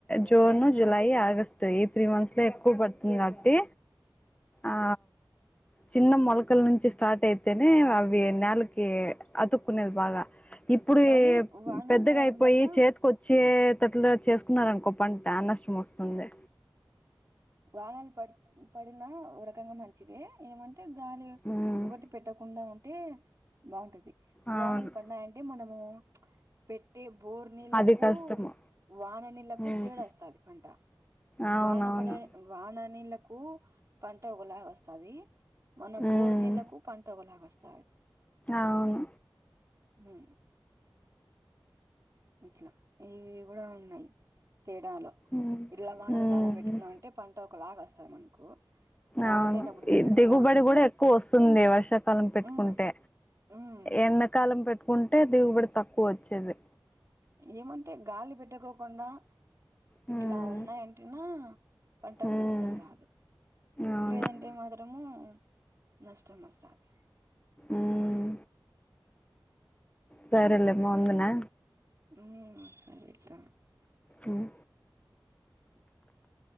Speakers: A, on the left; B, on the right.
A: జూన్ జులై ఆగస్టు ఈ త్రీ మంత్స్ లో ఎక్కువ పడుతుంది కాబట్టి ఆ చిన్న మొలకల నుంచి స్టార్ట్ అయితేనే అవి నెలకి అతుకునేది బాగా ఇప్పుడు
B: కానీ వానలు
A: పెద్దగా
B: పడడం
A: అయిపోయి
B: వల్ల
A: చేతికొచ్చే అట్ల చేసుకున్నారనుకో పంట నష్టం వస్తుంది
B: వానాలు పడి పడినా ఒక రకంగా మంచిదే ఏమన్ తే గాలి
A: ఉమ్,
B: ఒకటి పెట్టకుండా ఉంటే బాగుంటది
A: అవును
B: వానలు పన్నయంటే మనం హ్మ్ పెట్టీ ఇప్ బోర్ నీళ్ళలకు
A: అది కష్టము
B: వాన నీళ్ళలకు
A: ఉమ్,
B: తేడా వస్తది పంట
A: అవునవును
B: వాన పడ వాన నీళ్లకు పంట ఒకలాగ వస్తది మన
A: ఉమ్,
B: బోర్ నీళ్లకు పంట ఒకలాగ వస్తా
A: అవును
B: ఉమ్ ఇట్లా ఇవి కూడా ఉన్నాయి తేడాలో
A: ఉమ్,
B: ఇట్లా వానల
A: ఉమ్.
B: కాలం పెట్టుకున్నాం అంటే పంట ఒకలాగ వస్తుంది మనకు వాన
A: అవును
B: లేనప్పుడు పెట్టుకున్నాం
A: ఈ దిగుబడి
B: అంటేనే
A: కూడా ఎక్కువ వస్తుంది వర్షాకాలం పెట్టుకుంటే
B: ఉమ్ ఉమ్
A: ఎండాకాలం పెట్టుకుంటే దిగుబడి తక్కువ వచ్చేది
B: ఏమంటే గాలి పెట్టకోకుండా
A: హ్మ్.
B: ఇట్లా ఉన్నాయంటెనా పంటకు
A: హ్మ్.
B: నష్టం రాదు,
A: అవును.
B: లేదంటే మాత్రము నష్టమస్తాది
A: ఉమ్ సరేలేమా ఉండనా
B: ఉమ్ సరేకా
A: ఉమ్
B: <inaudible>